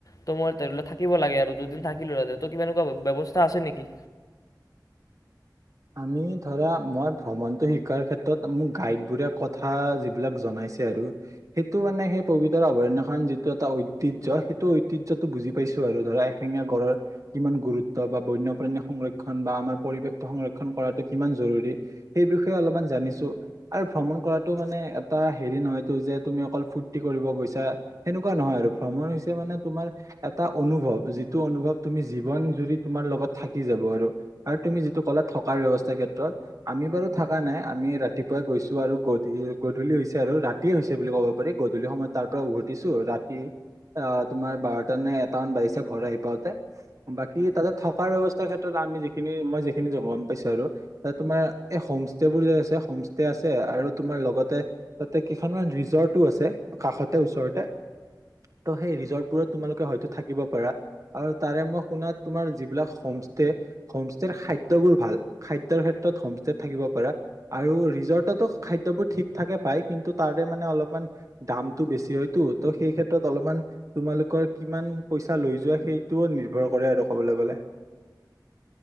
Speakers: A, on the left; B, on the right.
A: ত' মই ধৰি লোৱা থাকিব লাগে আৰু দুদিন থাকিলো আৰু ত কিবা এনেকুৱা ব্যৱস্থা আছে নেকি?
B: আমি ধৰা মই ভ্ৰমণটো শিকাৰ ক্ষেত্ৰত মোক গাইড বোৰে কথা যিবিলাক জনাইছে আৰু সেইটো মানে সেই পবিত্ৰ অভয়াৰণ্যয়খন যিটো এটা ঐতিহ্যৰ সেইটো ঐতিহ্য টো বুজি পাইছো আৰু ধৰা এশিঙিয়া গড়ৰ কিমান গুৰুত্ব বা বন্যপ্ৰাণী সংৰক্ষন বা আমাৰ পৰিৱেশটো সংৰক্ষ কৰা কিমান জৰুৰী সেই বিষয়ে অলপমান জানিছো আৰু ভ্ৰমণ কৰাটো মানে এটা হেৰি নহয়তো যে তুমি অকল ফূৰ্তি কৰিব গৈছা সেনেকুৱা নহয় আৰু ভ্ৰমণ হৈছে মানে তোমাৰ এটা অনুভৱ যিটো অনুভৱ তুমি জীৱন জুৰি তোমাৰ লগত থাকি যাব আৰু আৰু তুমি যিটো কলাত থকাৰ ব্যৱস্থাৰ ক্ষেত্ৰত আমি বাৰু থকা নাই আমি ৰাতিপুৱাই গৈছো আৰু গধূ গধূলি হৈছে আৰু ৰাতিয়ে হৈছে বুলি ক'ব পাৰি গধূলি সময়ত তাৰ পৰা উভতিছো ৰাতি আহ তোমাৰ বাৰটা নে এটামান বাঢ়িছে ঘৰ আহি পাওঁতে বাকি তাতে থকা ব্যৱস্থাৰ ক্ষেত্ৰত আমি যিখিনি মই যিখিনি গম আৰু তা তোমাৰ এই হোমষ্টে বোৰ যে আছে হোমষ্টে আছে আৰু তোমাৰ লগতে তাতে কেইখনমান ৰিজৰ্টো আছে কাষতে ওচৰতে ত' সেই ৰিজৰ্ট বোৰত তোমালোকে হয়তো থাকিব পাৰা আৰু তাৰে মই শুনা তোমাৰ যিবিলাক হোমষ্টে হোমষ্টেৰ খা- খাদ্য বোৰ ভাল খাদ্যৰ ক্ষেত্ৰত হোমষ্টেত থাকিব পাৰা আৰু ৰিজৰ্টতো খাদ্যবোৰ ঠিক ঠাকে পায় কিন্তু তাৰে মানে অলপমান দামটো বেছি হয়তো ত' সেই ক্ষেত্ৰত অলপমান তোমালোকৰ কিমান পইচা লৈ যোৱা সেইটোও নিৰ্ভৰ কৰে আৰু ক'বলৈ গ'লে